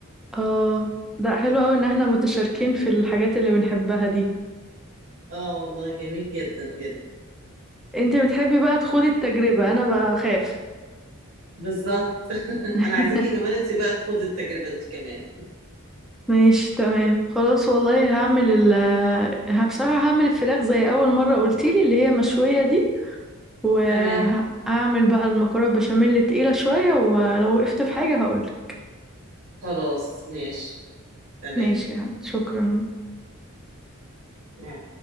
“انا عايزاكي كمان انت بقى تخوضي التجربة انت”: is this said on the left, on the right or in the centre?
Right